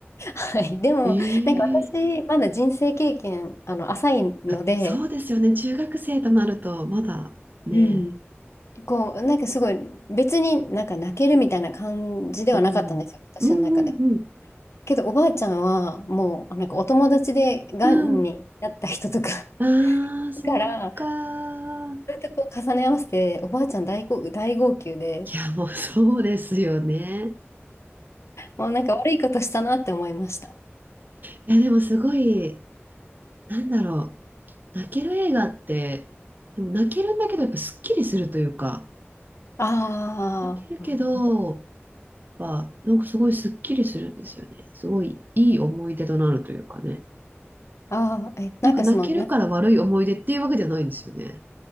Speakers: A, on the left; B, on the right.
A: はい、<laughs> でも、
B: え
A: なんか私、
B: え
A: まだ人生経験、あの、浅いので、
B: あ、そうですよね。中学生となると、まだね。
A: うん。こう、なんかすごい、別になんか泣けるみたいな感じではなかったんですよ、
B: うん。
A: 私の中で。
B: うんうんうん。
A: けど、おばあちゃんは、もう、なんかお友達で、がんになった人とか
B: うん
A: <laughs>、
B: ああ、そうか。
A: だから、そ
B: い
A: うやってこう重ね合わせて、おばあちゃん大号、大号泣で、
B: や、もう <laughs> そうですよね。
A: もうなんか悪いことしたなって思いました。
B: いや、でもすごい、なんだろう。泣ける映画って、でも泣けるんだけど、やっぱすっきりするというか、
A: ああ、
B: 泣けるけど、やっぱなんかすごいすっきりするんですよね。すごいいい思い出となるというかね。
A: ああ、え、
B: なんか泣けるから悪い思い出っていうわけじゃないんですよね。
A: なんかその、な、